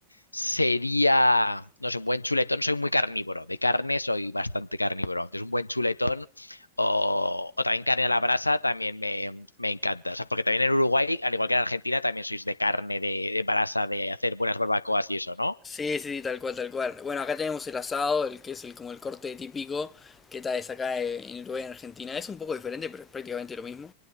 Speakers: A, on the left; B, on the left.
A: sería, no sé, un buen chuletón, soy muy carnívoro, de carne soy bastante carnívoro, entonces un buen chuletón o, o también carne a la brasa también me, me encanta, o sea, porque también en Uruguay, al igual que en Argentina, también sois de carne, de, de brasa, de hacer buenas barbacoas y eso, ¿no?
B: Sí, sí, sí, tal cual, tal cual. Bueno, acá tenemos el asado, el que es el, como el corte típico, que tal es acá eh, en Uruguay, en Argentina. Es un poco diferente, pero es prácticamente lo mismo.